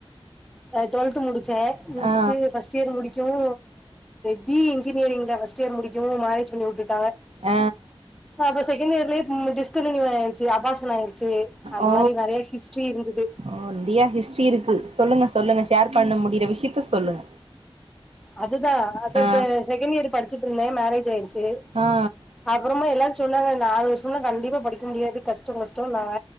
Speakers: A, in the centre; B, on the right.
A: நா அ டுவெல்த்து முடிச்சே முடிச்சுட்டு
B: ஆ
A: ஃபஸ் ட் இயர் முடிக்கவு பி இ இன்ஜினியரிங்தா ஃபர்ஸ்ட் இயர் முடிக்கவு மேரேஜ் பண்ணி விட்டுட்டாங்க
B: ஆ
A: அப்ப செகண்ட் இயர்லயே ம் டிஸ்கன்டினியூ ஆயிருச்சு அபாஷன் ஆயிருச் சேர் அந்த
B: ஓ
A: மாரி நெறைய ஹிஸ்டரி இருந்தது
B: ஓ இந்தியா ஹிஸ்ரி இருக்கு சொல்லுங்க சொல்லுங்க ஷேர் பண்ண முடியிற விஷயத்த சொல்லுங்க
A: அதுதா அத
B: ஆ
A: ப செகண்ட் இயர் படிச்சிட்ருந்தே மேரேஜ் ஆயிருச்சு
B: ஆ
A: அப்புறமு எல்லா சொன்னாங்க நாலு வருஷம்னா கண்டிப்பா படிக்க முடியாது கஷ்டம் கஷ்டம்னாங்க